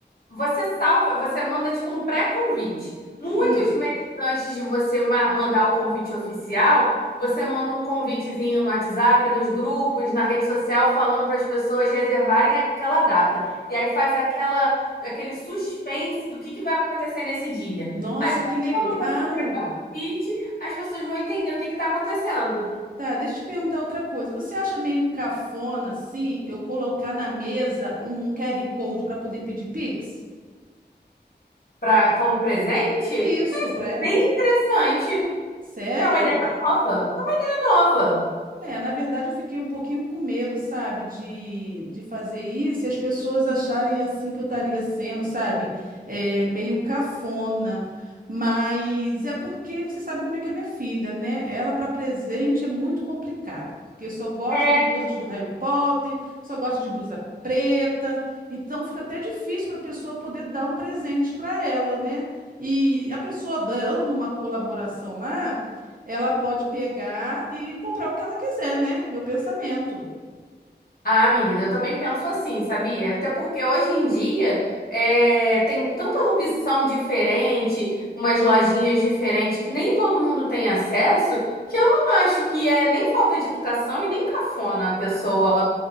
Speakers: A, on the left (about 60°); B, on the right (about 50°).
A: Você salva, você manda tipo um pré-convite. Muitos
B: Hum.
A: meses antes de você ma- mandar o convite oficial, você manda um convitezinho no WhatsApp, nos grupos, na rede social, falando para as pessoas reservarem aquela data. E aí faz aquela, aquele suspense do que que vai acontecer nesse dia.
B: Nossa,
A: Aí
B: que legal!
A: quando você entregar o convite, as pessoas vão entender o que está acontecendo.
B: Tá, deixa eu te perguntar outra coisa. Você acha meio cafona, assim, eu colocar na mesa um QR Code para poder pedir Pix?
A: Pra, como presente,
B: Isso, para ela.
A: bem interessante.
B: Sério?
A: É uma ideia nova. É uma ideia nova.
B: É, na verdade eu fiquei um pouquinho com medo, sabe, de, de fazer isso e as pessoas acharem assim que eu estaria sendo, sabe, é, meio cafona. Mas é porque você sabe como é que é minha filha, né? Ela para presente é muito complicado, porque só gosta
A: É,
B: de blusas do Harry Potter, só gosta de blusa preta, então fica até difícil para a pessoa poder dar um presente para ela, né? E a pessoa dando uma colaboração lá ela pode pegar e comprar o que ela quiser, né? Meu pensamento.
A: Ah, menina, eu também penso assim, sabia? Até porque hoje em dia é, tem tanta opção diferente, umas lojinhas diferentes que nem todo mundo tem acesso, que eu não acho que é nem falta de educação e nem cafona a pessoa